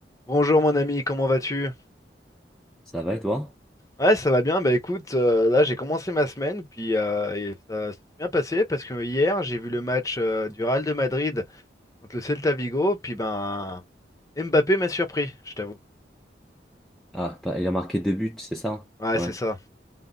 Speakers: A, on the left; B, in the centre.
A: Bonjour mon ami, comment vas-tu?
B: Ça va et toi?
A: Ouais, ça va bien. Bah écoute, euh, là j'ai commencé ma semaine, puis euh, et ça, ça s'est bien passé parce que hier j'ai vu le match euh, du Real de Madrid contre le Celta Vigo, puis ben Mbappé m'a surpris, je t'avoue.
B: Ah, pas- il a marqué deux buts, c'est ça? hein?
A: Ouais,
B: Ouais.
A: c'est ça.